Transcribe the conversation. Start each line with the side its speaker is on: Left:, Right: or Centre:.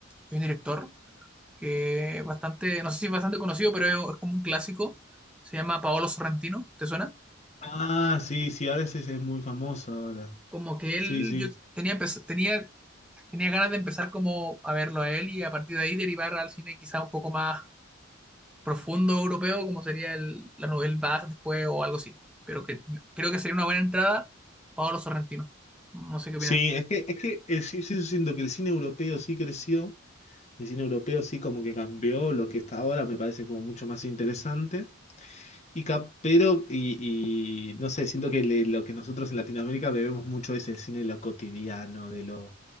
Centre: hay un director que es bastante, no sé si es bastante conocido, pero es, es como un clásico. Se llama Paolo Sorrentino, ¿te suena?
Left: Ah, sí, sí, ahora ese ese es muy famoso ahora.
Centre: Como que
Left: Sí,
Centre: él,
Left: sí.
Centre: yo tenía, empe- tenía Tenía ganas de empezar como a verlo a él y a partir de ahí derivar al cine quizá un poco más profundo europeo, como sería el, la novela Bach después o algo así. Pero que creo que sería una buena entrada Paolo Sorrentino. No sé qué
Left: Sí,
Centre: opinas.
Left: es que, es que eh, sí, sí, yo siento que el cine europeo sí creció, el cine europeo sí como que cambió lo que está ahora, me parece como mucho más interesante. Y cap- pero, y, y no sé, siento que le- lo que nosotros en Latinoamérica bebemos mucho es el cine de lo cotidiano, de lo,